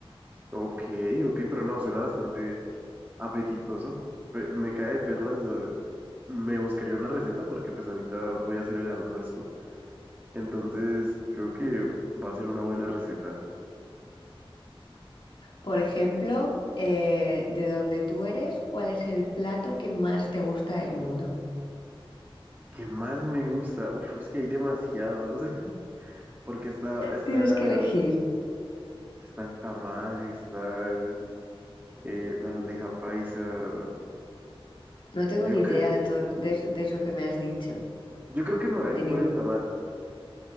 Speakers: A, on the right (about 20°); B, on the left (about 55°).
A: Ok, ok, pero no, suena bastante apetitoso. Pe- me cae de perlas, eh, me buscaría una receta porque pues ahorita voy a hacer el almuerzo. Entonces, creo que va a ser una buena receta.
B: Por ejemplo, eh, de donde tú eres, ¿cuál es el plato que más te gusta del mundo?
A: ¿Qué más me gusta? Uf, es que hay demasiados, <laughs> porque está, está,
B: Tienes que elegir.
A: está el tamal, está el, eh, la bandeja paisa.
B: No tengo
A: Yo
B: ni
A: creo...
B: idea de todo de, es- de eso que me has dicho.
A: Yo creo que me voy a
B: De
A: ir
B: ni-
A: por el tamal.